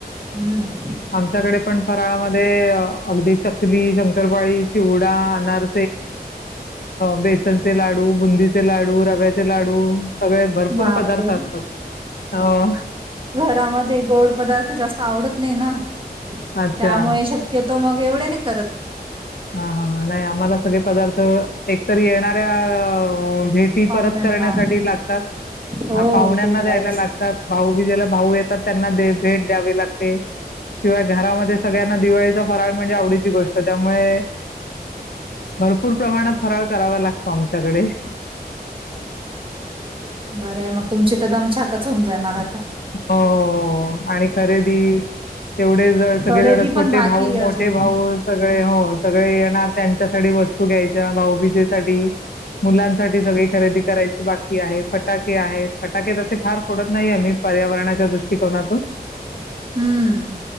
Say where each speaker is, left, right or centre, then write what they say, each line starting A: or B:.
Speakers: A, on the right; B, on the left.
A: हं.
B: आमच्याकडे पण फराळामध्ये अगदी चकली, शंकरपाळी, चिवडा अनार बेसनचे लाडू, बुंदीचे लाडू, रव्याचे लाडू सगळे भरपूर
A: बापरे!
B: पदार्थ असतात. हो.
A: त्यामधे गोड पदार् जास्त आवडत नाही ना?
B: अच्छा.
A: त्यामुळे शक्य तो मग एवढे नाही करत.
B: हां, हां, हां. नाही आम्हाला सगळे पदार्थ एकतर येणाऱ्या भेटी
A: पाहुण्यांना
B: परत करण्यासाठी लागतात.
A: हो
B: पाहुण्यांना
A: ते करायच.
B: द्यायला लागतात. भाऊ बीजेला भाऊ येतात. त्यांना भेट द्यावी लागते. शिवाय घरामध्ये सगळ्यांना दिवाळीचा फराळ म्हणजे आवडीची गोष्ट त्यामुळे भरपूर प्रमाणात फराळ करावा लागतो आमच्याकडे.
A: बर मग तुमची तर दम छाकच होऊन जायणार आता?
B: हो, हो, हो आणि खरेदी तेवढे जर सगळेजण
A: खरेदी
B: छोटे
A: पण बाकी
B: भाऊ
A: आहे
B: मोठे
A: अजून.
B: भाऊ सगळे हो सगळे येणार त्यांच्यासाठी वस्तू घ्यायच्या भाऊबीजेसाठी मुलांसाठी सगळी खरेदी करायची बाकी आहे. फटाके आहेत. फटाके तसे फार पडत नाही आम्ही पर्यावरणाच्या दृष्टिकोनातून.
A: हम्म.